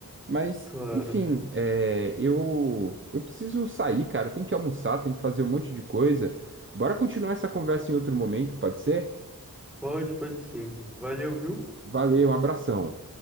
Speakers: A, on the right (about 35°); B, in the centre.
A: Mas,
B: Claro.
A: enfim, é, eu, eu preciso sair, cara. Tenho que almoçar, tenho que fazer um monte de coisa. Bora continuar essa conversa em outro momento, pode ser?
B: Pode, pode sim. Valeu, viu?
A: Valeu, um abração.